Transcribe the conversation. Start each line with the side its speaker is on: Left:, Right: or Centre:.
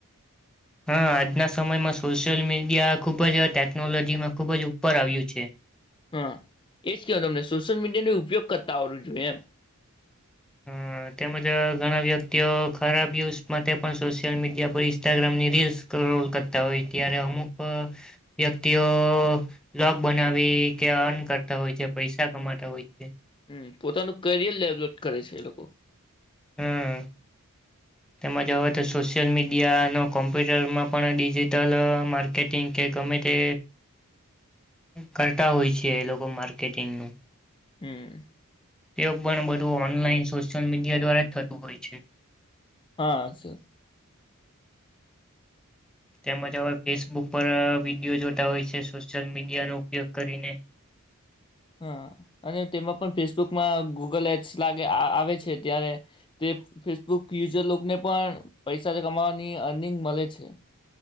Centre: હા આજના સમયમાં સોશિયલ મીડિયા ખુબ જ ટેકનોલોજીમાં ખુબ જ ઉપર આવ્યું છે
Left: હા એજ કહેવાય તમને સોશિયલ મીડિયાનો ઉપયોગ કરતા હોળું જોઈએ એમ
Centre: હ તેમજ ઘણા વ્યક્તિઓ ખરાબ યુઝ માટે પણ સોશિયલ મીડિયા પર ઇન્સ્ટાગ્રામની રીલસલ કરતા હોય ત્યારે અમુક વ્યક્તિઓ બ્લોગ બનાવી કે અન કરતા હોય છે પૈસા કમાતા હોય છે.
Left: હમ. પોતાનું કરિયર ડેવલોપ કરે છે એ લોકો.
Centre: હમ તેમજ હવે તો સોશિયલ મીડિયાનો કોમ્પ્યુટરમાં પણ ડિજિટલ માર્કેટિંગ કે ગમે તે કરતા હોય છે એ લોકો માર્કેટિંગનું
Left: હમ
Centre: તે પણ બધું ઓનલાઈન સોશિયલ મીડિયા દ્વારા જ થતું હોય છે
Left: હા સર.
Centre: તેમજ હવે ફેસબુક પર વિડીિયો જોતા હોય છે સોશિયલ મીડિયાનો ઉપયોગ કરીને
Left: હા અને તેમાં પણ ફેસબુકમાં ગૂગલ એપ્સ લાગે આવે છે ત્યારે તે ફેસબુક યુઝરને પણ પૈસા કમાવાની અર્નિંગ મળે છે.